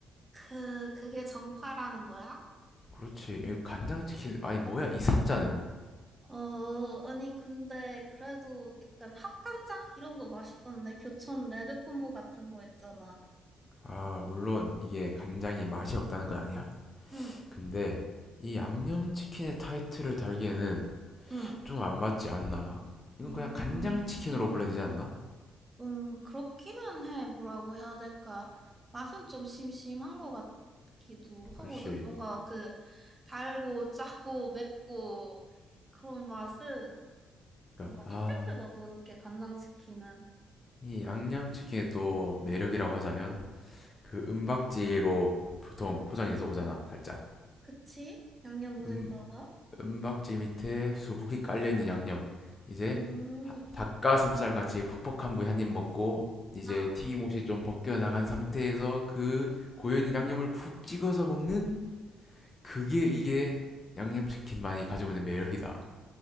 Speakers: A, on the right; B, on the left.
A: 그 그게 정파라는 거야?
B: 그렇지. 이 간장치킨, 아니, 뭐야, 이 사자는.
A: 어, 아니 근데 그래도 약간 합간장 이런 거 맛있던데 교촌 레드콤보 같은 거 있잖아.
B: 아, 물론 이게 간장이 맛이 없다는 건 아니야.
A: 응.
B: 근데 이 양념치킨의 타이틀을 달기에는
A: 응.
B: 좀 안 맞지 않나. 이건
A: 음.
B: 그냥 간장치킨으로 불러야 되지 않나?
A: 좀 그렇기는 해. 뭐라고 해야 될까? 맛은 좀 심심한 것 같기도 하거든.
B: 그렇지.
A: 뭔가 그 달고 짜고 맵고 그런 맛은 뭔가
B: 그러니까, 아,
A: 임팩트가 부족해. 간장치킨은.
B: 이 양념치킨의 또 매력이라고 하자면 그 은박지로 보통 포장이 돼서 오잖아, 살짝.
A: 그치? 양념 묻을까
B: 음,
A: 봐.
B: 은박지 밑에 수북히 깔려있는 양념. 이제
A: 음.
B: 닭가슴살 같이 퍽퍽한 부위 한입 먹고 이제
A: 아,
B: 튀김옷이 좀 벗겨나간 상태에서 그 고여있는 양념을 푹 찍어서 먹는 그게 이게 양념치킨만이 가지고 있는 매력이다.